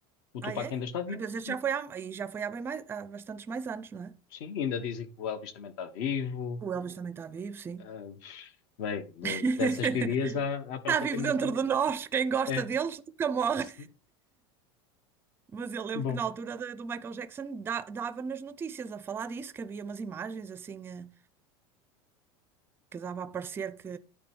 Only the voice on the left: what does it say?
O Tupac
ainda está vivo,
sim.
Sim, ainda dizem que o Elvis também está vivo.
Ah, bem, de-
dessas teorias há, há praticamente.
É.
<laughs>
Bom,